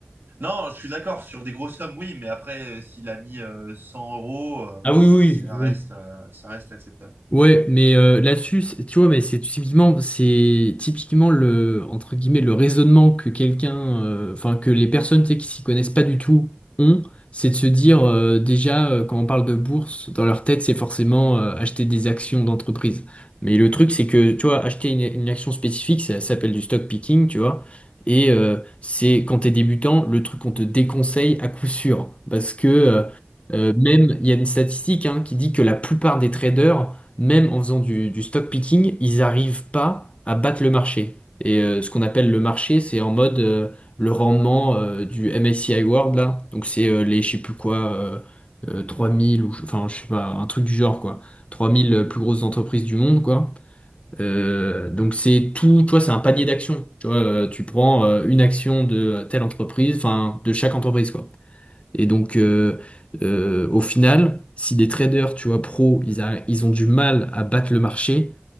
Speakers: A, on the right; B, on the left.
A: non, je suis d'accord, sur des grosses sommes, oui, mais après, euh, s'il a mis euh, 100 euros,
B: Ah
A: euh, ça
B: oui, oui, oui.
A: reste, euh, ça reste acceptable.
B: Ouais, mais euh, là-dessus, c'est- tu vois, mais c'est typiquement, c'est typiquement le entre guillemets le raisonnement que quelqu'un, euh, enfin que les personnes tu sais, qui s'y connaissent pas du tout ont, c'est de se dire euh, déjà euh, quand on parle de bourse, dans leur tête, c'est forcément euh, acheter des actions d'entreprise. Mais le truc, c'est que tu vois, acheter une, une action spécifique, ça s'appelle du stock picking, tu vois. Et euh, c'est quand t'es débutant, le truc qu'on te déconseille à coup sûr, parce que euh, euh, même, il y a une statistique hein, qui dit que la plupart des traders même en faisant du, du stock picking, ils n'arrivent pas à battre le marché. Et euh, ce qu'on appelle le marché, c'est en mode euh, le rendement euh, du MSCI World, là. Donc c'est euh, les, je sais plus quoi, euh, euh, 3000 ou, je- enfin, je sais pas, un truc du genre, quoi. 3000 euh, plus grosses entreprises du monde, quoi. Euh, donc c'est tout, tu vois, c'est un panier d'actions. Tu vois, euh, tu prends euh, une action de telle entreprise, enfin, de chaque entreprise, quoi. Et donc, euh, euh, au final, si des traders, tu vois, pro, ils, a- ils ont du mal à battre le marché,